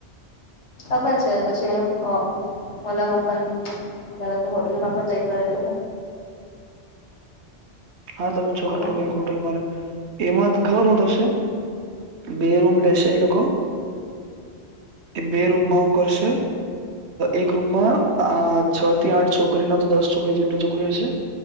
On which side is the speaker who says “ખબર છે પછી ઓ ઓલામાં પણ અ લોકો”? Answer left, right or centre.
Left